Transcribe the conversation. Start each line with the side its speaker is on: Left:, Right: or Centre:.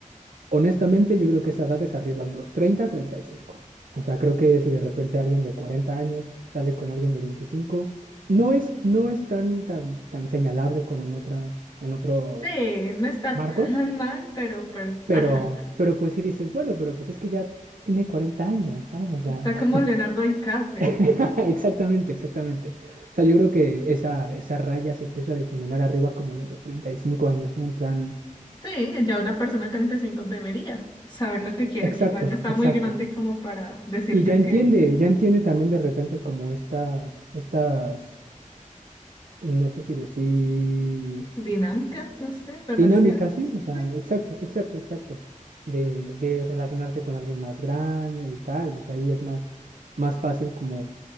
Right: Honestamente, yo creo que esa edad es arriba de los treinta treinta y cinco. O sea, creo que si de repente alguien de 40 años sale con alguien de 25, no es, no es tan, tan, tan señalable como en, otras, en otros
Left: sí, no está
Right: marcos,
Left: tan mal, pero pues,
Right: pero,
Left: ah,
Right: pero pues si dices, bueno, pero pues es que ya tiene 40 años, ¿sabes? O sea,
Left: Está
Right: <laughs>
Left: como Leonardo DiCaprio.
Right: <laughs> Exactamente, exactamente. O sea, yo creo que esa, esa raya se empieza a difuminar arriba como de los 35 años, ¿no? En plan,
Left: Sí, ya una persona de 35 debería saber lo que quiere.
Right: exacto,
Left: Igual ya está
Right: exacto.
Left: muy grande como para decir
Right: Y
Left: que
Right: ya
Left: es
Right: entiende,
Left: que
Right: ya entiende también de repente como estas, estas, no sé si decir,
Left: dinámicas, no sé, relación.
Right: dinámicas, ¿sí? O sea,
Left: Sí,
Right: exacto, exacto, exacto. De, de relacionarse con alguien más grande y tal. O sea, ahí es más, más fácil como